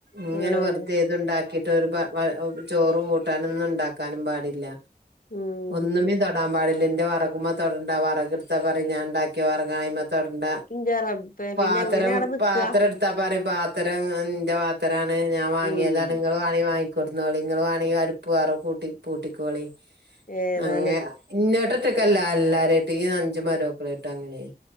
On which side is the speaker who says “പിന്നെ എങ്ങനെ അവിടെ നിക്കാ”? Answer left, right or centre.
Left